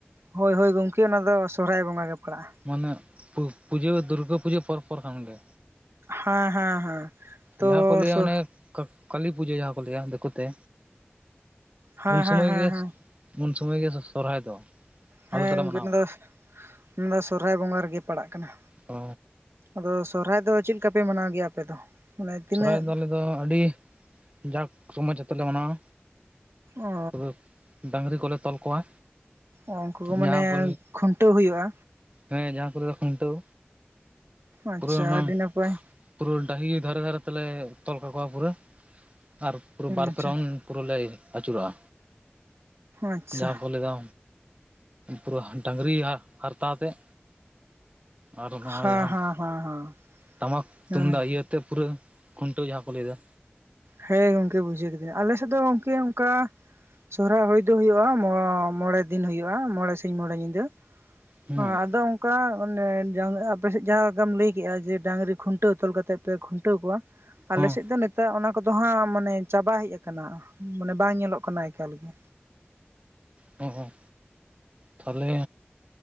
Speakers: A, on the right; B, on the right.
A: ᱦᱳᱭ ᱦᱳᱭ ᱜᱚᱝᱠᱮ ᱚᱱᱟ ᱫᱚ ᱥᱚᱨᱦᱟᱭ ᱵᱚᱸᱜᱟ ᱜᱮ ᱯᱟᱲᱟᱜ-ᱟ᱾
B: ᱢᱟᱱᱮ ᱯᱩᱡᱟᱹ ᱫᱩᱨᱜᱟᱹ ᱯᱩᱡᱟᱹ ᱯᱚᱨ ᱯᱚᱨ ᱠᱷᱟᱱ ᱜᱮ᱾
A: ᱦᱮᱸ ᱦᱮᱸ ᱦᱮᱸ᱾ ᱛᱚ
B: ᱡᱟᱦᱟᱸ ᱠᱚ ᱞᱟᱹᱭᱟ
A: ᱥᱚ
B: ᱚᱱᱮ ᱠᱟᱹ ᱠᱟᱹᱞᱤ ᱯᱩᱡᱟᱹ ᱡᱟᱦᱟᱸ ᱠᱚ ᱞᱟᱹᱭᱟ ᱫᱤᱠᱩ ᱛᱮ᱾
A: ᱦᱮᱸ
B: ᱩᱱ ᱥᱚᱢᱚᱭ
A: ᱦᱮᱸ ᱦᱮᱸ
B: ᱜᱮ,
A: ᱦᱮᱸ
B: ᱩᱱ ᱥᱚᱢᱚᱭ ᱜᱮ ᱥᱚᱨᱦᱟᱭ ᱫᱚ᱾
A: ᱦᱮᱸ
B: ᱟᱞᱮ ᱫᱚᱞᱮ
A: ᱜᱚᱝᱠᱮ
B: ᱢᱟᱱᱟᱣᱟ
A: ᱱᱚᱣᱟ ᱫᱚ ᱥᱚᱨᱦᱟᱭ ᱵᱚᱸᱜᱟ ᱨᱮᱜᱮ ᱯᱟᱲᱟᱜ ᱠᱟᱱᱟ᱾
B: ᱚ
A: ᱟᱫᱚ ᱥᱚᱨᱦᱟᱭ ᱫᱚ ᱪᱮᱫ ᱞᱮᱠᱟᱯᱮ ᱢᱟᱱᱟᱣ ᱜᱮᱭᱟ ᱟᱯᱮ ᱫᱚ? ᱢᱟᱱᱮ ᱛᱤᱱᱟᱹᱜ
B: ᱥᱚᱨᱦᱟᱭ ᱫᱚ ᱟᱞᱮ ᱫᱚ ᱟᱹᱰᱤ ᱡᱟᱠ ᱥᱚᱢᱟᱡᱽ ᱟᱛᱮᱫ ᱞᱮ ᱢᱟᱱᱟᱣᱟ᱾
A: ᱚ
B: ᱯᱩᱨᱟᱹ ᱰᱟᱝᱨᱤ ᱠᱚᱞᱮ ᱛᱚᱞ ᱠᱚᱣᱟ᱾
A: ᱩᱱᱠᱩ ᱢᱟᱱᱮ
B: ᱡᱟᱦᱟᱸ ᱠᱚ
A: ᱠᱷᱩᱱᱴᱟᱹᱣ ᱦᱩᱭᱩᱜ-ᱟ᱾
B: ᱦᱮᱸ ᱡᱟᱦᱟᱸ ᱠᱚᱨᱮ ᱫᱚ ᱠᱷᱩᱱᱴᱟᱹᱣ
A: ᱟᱪᱪᱷᱟ
B: ᱯᱩᱨᱟᱹᱣ, ᱱᱟᱢ
A: ᱟᱹᱰᱤ ᱱᱟᱯᱟᱭ
B: ᱯᱩᱨᱟᱹ ᱰᱟᱹᱦᱤ ᱫᱷᱟᱨᱮ ᱫᱷᱟᱨᱮ ᱛᱮᱞᱮ ᱛᱚᱞ ᱠᱟᱠᱚᱣᱟ ᱯᱩᱨᱟᱹ ᱟᱨ ᱯᱩᱨᱟᱹ ᱵᱟᱨᱯᱮ
A: ᱟᱪᱪᱷᱟ
B: ᱨᱚᱝ ᱯᱩᱨᱟᱹ ᱞᱮ ᱟᱹᱪᱩᱨᱚᱜ-ᱟ
A: ᱟᱪᱪᱷᱟ
B: ᱡᱟᱦᱟᱸ ᱠᱚ ᱞᱮᱫᱟ ᱯᱩᱨᱟᱹ ᱦᱟ ᱰᱟᱝᱨᱤ ᱦᱟ ᱦᱟᱨᱛᱟᱛᱮᱜ᱾ ᱟᱨ ᱱᱚᱜ-ᱚᱭ
A: ᱦᱮᱸ
B: ᱡᱟᱦᱟᱸ
A: ᱦᱮᱸ ᱦᱮᱸ ᱦᱮᱸ
B: ᱴᱟᱢᱟᱠ
A: ᱦᱮᱸ
B: ᱛᱩᱢᱫᱟᱜ ᱤᱭᱟᱹ ᱛᱮ ᱯᱩᱨᱟᱹ ᱠᱷᱩᱱᱴᱟᱹᱣ ᱡᱟᱦᱟᱸ ᱠᱚ ᱞᱟᱹᱭ ᱫᱟ᱾
A: ᱦᱮᱸ ᱜᱚᱝᱠᱮ ᱵᱩᱡᱷᱟᱹᱣ ᱠᱤᱫᱟᱹᱧ, ᱟᱞᱮ ᱥᱮᱫ ᱫᱚ ᱜᱚᱝᱠᱮ ᱚᱱᱠᱟ ᱥᱚᱦᱨᱟᱭ ᱦᱩᱭ ᱫᱚ ᱦᱩᱭᱩᱜ-ᱟ ᱢᱚᱬᱮ ᱫᱤᱱ ᱢᱚᱬᱮ ᱥᱤᱧ ᱢᱚᱬᱮ ᱧᱤᱫᱟᱹ᱾
B: ᱦᱮᱸ
A: ᱦᱚᱸ ᱟᱫᱚ ᱚᱱᱠᱟ ᱚᱱᱮ ᱡᱚᱝ ᱟᱯᱮᱥᱮᱫ ᱡᱟᱦᱟᱸ ᱞᱮᱠᱟᱢ ᱞᱟᱹᱭ ᱠᱮᱜ-ᱟ ᱡᱮ ᱰᱟᱹᱝᱨᱤ ᱠᱷᱩᱱᱴᱟᱹᱣ ᱛᱚᱞ ᱠᱟᱛᱮ ᱯᱮ ᱠᱷᱩᱱᱴᱟᱹᱣ ᱠᱚᱣᱟ, ᱟᱞᱮ
B: ᱦᱚᱸ
A: ᱥᱮᱫ ᱫᱚ ᱱᱮᱛᱟ ᱚᱱᱟ ᱠᱚᱫᱚ ᱦᱟᱸᱜ ᱢᱟᱱᱮ ᱪᱟᱵᱟ ᱦᱮᱡ ᱟᱠᱟᱱᱟ ᱢᱟᱱᱮ ᱵᱟᱝ ᱧᱮᱞᱚᱜ ᱠᱟᱱᱟ ᱮᱠᱟᱞ ᱜᱮ᱾
B: ᱦᱚᱸ ᱦᱚᱸ ᱛᱷᱟᱞᱮ